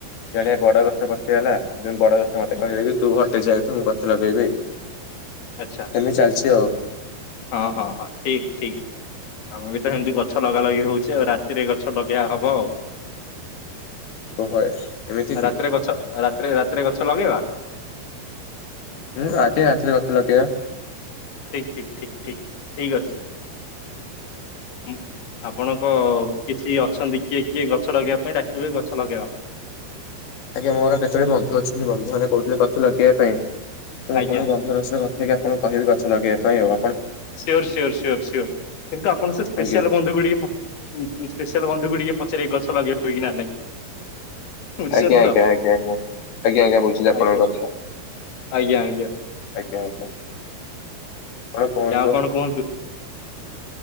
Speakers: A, on the left; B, on the left.
A: ଜଣେ ବଡ ଗଛ ପଛେଇଗଲା <unintelligible> ବଡ ଗଛ ମତେ କହିବ କି ତୁ ହଟି ଯା ଏଠୁ ମୁଁ ଗଛ ଲଗେଇବି।
B: ଆଚ୍ଛା
A: ସେମିତି ଚାଲିଛି ଆଉ।
B: ହଁ ହଁ ହଁ ଠିକ୍ ଠିକ୍। ଆମେ ବି ତ ହେମତି ଗଛ ଲଗା ଲଗି ହଉଛି। ଆଉ ରାତିରେ ଗଛ ଲଗେଇଆ ହବ ଆଉ।
A: ଓହୋ ଏମିତି କି
B: ରାତିରେ ଗଛ! ରାତିରେ, ରାତିରେ ଗଛ ଲଗେଇବା?
A: ହୁଁ, ଆଜି ଆସିଲେ ଗଛ ଲଗେଇଆ।
B: ଠିକ୍ ଠିକ୍ ଠିକ୍ ଠିକ୍ ଠିକ୍ ଅଛି।
A: ହ
B: ଉଁ, ଆପଣଙ୍କ କିଛି ଅଛନ୍ତି, କିଏ? କିଏ? ଗଛ ଲଗେଇବା ପାଇଁ ଡାକିବ? ଗଛ ଲଗେଇବା।
A: ଆଜ୍ଞା, ମୋର କେତୋଟି ବନ୍ଧୁ ଅଛନ୍ତି। ବନ୍ଧୁ ମାନେ କହୁଥିଲେ ଗଛ ଲଗେଇବା ପାଇଁ? ତ ମୁଁ
B: ଆଜ୍ଞା।
A: ଆପଣଙ୍କୁ ବନ୍ଧୁମାନଙ୍କ ସହ କଥା ହେଇକି, ଆପଣଙ୍କୁ କହିବି, ଗଛ ଲଗେଇବା ପାଇଁ ଆଉଁ।
B: Sure sure sure sure! କିନ୍ତୁ, ଆପଣ ସେ ସ୍ପେସିଆଲ
A: ଆଜ୍ଞା।
B: ବନ୍ଧୁକୁ ଟିକେ, ପ ସ୍ପେଶାଲ ବନ୍ଧୁ କୁ ଟିକେ ପଚାରିକି ଗଛ ଲଗେଇବ କି ନା ନାଇଁ? ବୁଝୁଛନ୍ତି
A: ଆଜ୍ଞା
B: ତ
A: ଆଜ୍ଞା ଆଜ୍ଞା ଆଜ୍ଞା ଆଜ୍ଞା ଆଜ୍ଞା, ବୁଝିଲି ଆପଣଙ୍କ
B: ଆଜ୍ଞା
A: କଥା।
B: ଆଜ୍ଞା ଆଜ୍ଞା
A: ଆଜ୍ଞା ଆଜ୍ଞା। ଆପଣ କୁହନ୍ତୁ
B: ଯାଅ କଣ କୁହନ୍ତୁ?